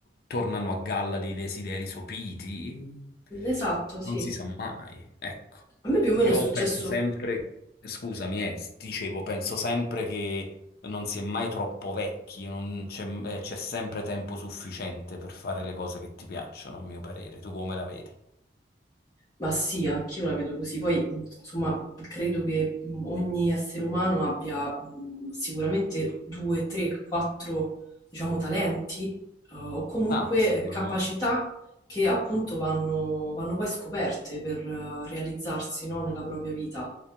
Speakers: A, on the left; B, on the left.
A: tornano a galla dei desideri sopiti.
B: esatto,
A: Non
B: sì.
A: si sa mai, ecco.
B: A me più o meno
A: Io
B: è successo
A: penso sempre, scusami, eh, s- dicevo, penso sempre che non si è mai troppo vecchi, non c'è eh, c'è sempre tempo sufficiente per fare le cose che ti piacciono, a mio parere. Tu come la vedi?
B: Ma sì, anch'io la vedo così. Poi, mh, insomma, credo che mh, ogni essere umano abbia mh, sicuramente due, tre, quattro, diciamo, talenti eh, o comunque
A: Ah, sicuramente.
B: eh, capacità che appunto vanno, vanno poi scoperte per eh, realizzarsi, no, nella propria vita.